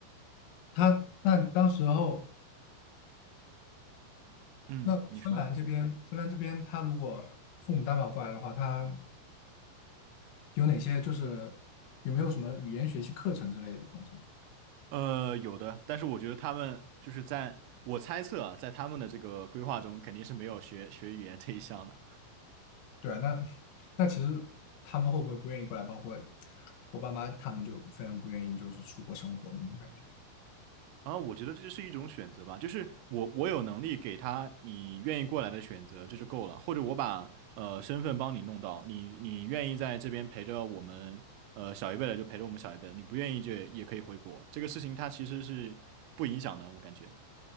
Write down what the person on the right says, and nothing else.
嗯，
你说。
呃，有的，但是我觉得他们就是在我猜测啊，在他们的这个规划中，肯定是没有学学语言这一项的。
然后我觉得这是一种选择吧，就是我我有能力给他你愿意过来的选择，这就够了。或者我把呃身份帮你弄到，你你愿意在这边陪着我们呃小一辈的就陪着我们小一辈的，你不愿意就也可以回国。这个事情它其实是不影响的，我感觉。